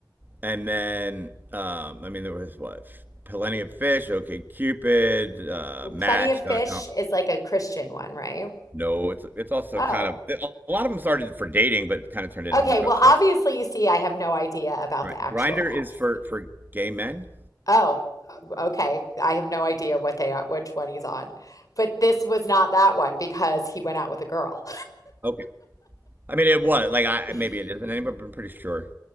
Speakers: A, on the right; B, on the left.
A: and then um, I mean there was what plenty of fish. Okay, Cupid, uh,
B: Well,
A: Match
B: Plenty of Fish
A: dot com.
B: is like a Christian one, right?
A: No, it's it's also
B: Oh,
A: kind of a lot of them started for dating, but kind of turned into
B: okay.
A: hookup
B: Well,
A: stuff.
B: obviously, you see, I have no idea about
A: Right.
B: the actual
A: Grinder
B: apps.
A: is for for gay men.
B: Oh, uh, okay. I have no idea what they are, which one he's on. But this was not that one because he went out with a girl.
A: Okay. I mean, it was like I
B: <laughs>
A: maybe it isn't anymore, but I'm pretty sure.